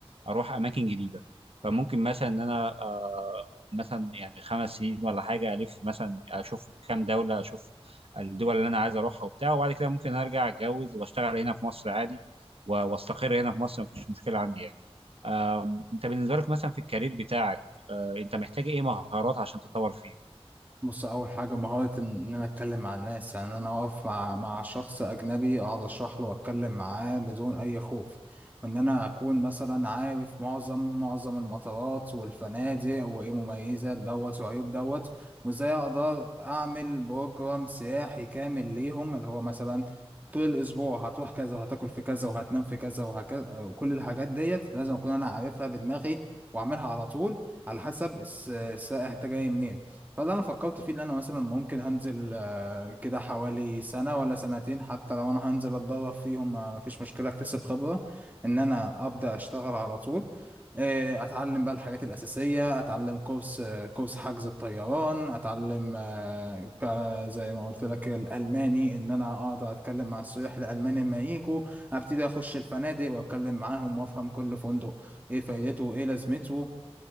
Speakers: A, on the right; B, on the right.
A: اروح اماكن جديده فممكن مثلا ان انا آه، مثلا يعني خمس سنين ولا حاجه الف مثلا اشوف كام دوله اشوف الدول اللي انا عايز اروحها وبتاع وبعد كده ممكن ارجع اتجوز واشتغل هنا في مصر عادي و- واستقر هنا في مصر مفيش مشكله عندي يعني آم، انت بالنسبه لك مثلا في الكارير بتاعك آه، انت محتاج ايه مهارات عشان تتطور فيه
B: بص اول حاجه مهاره ان إن انا اتكلم مع الناس يعني إن انا اقف مع مع شخص اجنبي اقعد اشرح له واتكلم معاه بدون اي خوف وان انا اكون مثلا عارف معظم معظم المطارات والفنادق وايه مميزات دوت وعيوب دوت وازاي اقدر اعمل بروجرام سياحي كامل ليهم اللي هو مثلا طول الاسبوع هتروح كذا وهتاكل في كذا وهتنام في كذا وهكذا وكل الحاجات ديت لازم اكون انا عارفها بدماغي واعملها على طول على حسب الس- السائح ده جاي منين فاللي انا فكرت فيه ان انا مثلا ممكن هنزل آه، كده حوالي سنه ولا سنتين حتى لو انا هنزل اتدرب فيهم ما فيش مشكله اكتسب خبره ان انا ابدا اشتغل على طول آه، اتعلم بقى الحاجات الاساسيه اتعلم كورس آه، كورس حجز الطيران اتعلم آه، ك- زي ما قلت لك الالماني ان انا اقدر اتكلم مع السياح الالمان لما يجوا ابتدي اخش الفنادق واتكلم معاهم وافهم كل فندق ايه فايدته وايه لازمته